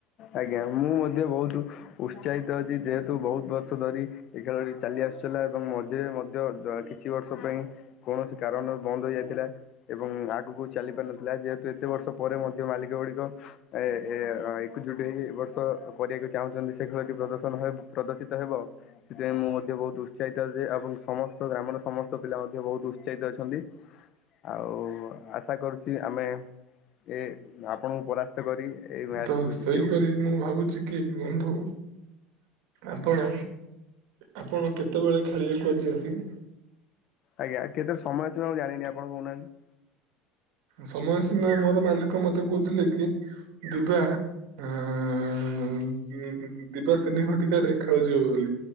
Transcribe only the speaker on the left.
ଆଜ୍ଞା ମୁଁ ମଧ୍ୟ ବହୁତୁ ଉତ୍ସାହିତ ଅଛି ଯେହେତୁ ବହୁତ ବର୍ଷ ଧରି ଏ ଖେଳଟି ଚାଲି ଆସୁଥିଲା ଏବଂ ରେ ମଧ୍ୟ କିଛି ବର୍ଷ ପାଇଁ କୌଣସି କାରଣରୁ ବନ୍ଦ ହୋଇଯାଇଥିଲା ଏବଂ ଆଗକୁ ଚାଲି ପାରିନଥିଲା ଯେହେତୁ ଏତେ ବର୍ଷ ପରେ ମଧ୍ୟ ମାଲିକ ଗୁଡିକ ଏ ଏ ଏକଜୁଟ ହେଇକି ବର୍ଷ କରିବାକୁ ଚାହୁଁଛନ୍ତି ସେ ଖେଳଟି ପ୍ରଦର୍ଶନ ପ୍ରଦର୍ଶିତ ହେବ ସେଥିପାଇଁ ମୁଁ ମଧ୍ୟ ବହୁତ ଉତ୍ସାହିତ ଏ ଏବଂ ସମସ୍ତ ଗ୍ରାମର ସମସ୍ତ ପିଲା ମଧ୍ୟ ବହୁତ ଉତ୍ସାହିତ ଅଛନ୍ତି ଆଉ ଆଶା କରୁଛି ଆମେ ଏ ଆପଣଙ୍କୁ ପରା କରି ଏଇ ମ୍ୟାଚଟିକୁ
ଜିତିବୁ
ଆଜ୍ଞା କେତେ ସମୟ ଥିବ ମୁଁ ଜାଣିନି ଆପଣ କହୁନାହାନ୍ତି